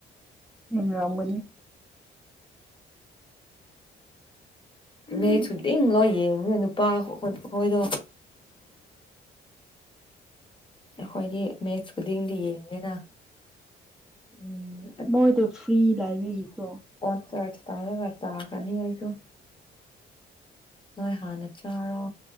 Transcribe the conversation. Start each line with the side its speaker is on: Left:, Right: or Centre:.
Centre: ꯎ ꯑꯅꯤ
Left: ꯃ ꯁꯨꯗꯤꯡ ꯂꯣ ꯌꯦꯡꯉꯅꯦ ꯅꯨꯄꯥ ꯑꯩꯣꯏꯗꯣ ꯑꯩꯈꯣꯏꯗꯤ ꯃꯦꯠꯁ ꯈꯨꯗꯤꯡ ꯂ ꯌꯦꯡꯗꯦꯅ ꯎꯝ
Centre: ꯃꯣꯏ ꯇꯣ ꯐ꯭ꯔꯤ ꯂꯥꯏꯕꯦꯔꯤ ꯇꯣ
Left: ꯑꯣ ꯆ ꯇꯥꯔꯦ ꯈꯔ ꯆ ꯀꯅꯤ ꯑꯁꯨ ꯅꯣꯏ ꯍꯥꯟꯅ ꯆꯥꯔꯣ